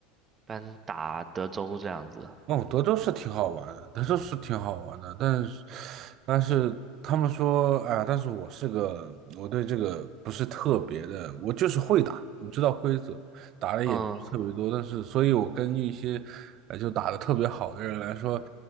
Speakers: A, on the right; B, on the right.
A: 般打德州这样子。
B: 哦，德州是挺好玩的，德州是挺好玩的，但是，但是他们说，啊，但是我是个，我对这个不是特别的，我就是会打，我知道规则，打的也不是特别多，
A: 嗯，
B: 但是，所以我跟一些，呃，就打的特别好的人来说，